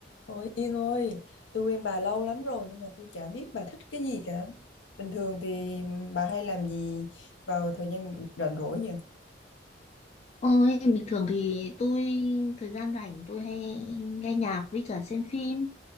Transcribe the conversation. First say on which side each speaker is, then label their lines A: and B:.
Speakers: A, on the left (about 80°); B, on the left (about 35°).
A: Ôi Yên ơi, tôi quen bà lâu lắm rồi nhưng mà tôi chả biết bà thích cái gì cả. Bình thường thì bà hay làm gì vào thời gian rảnh rỗi vậy?
B: Ôi, bình thường thì tôi thời gian rảnh tôi hay nghe nhạc với cả xem phim.